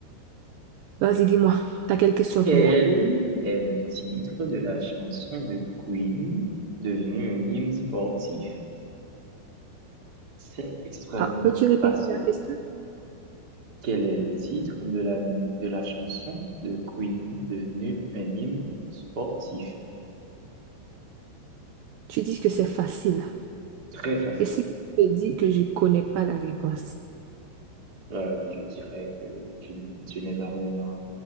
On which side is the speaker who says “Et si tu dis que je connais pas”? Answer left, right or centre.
Right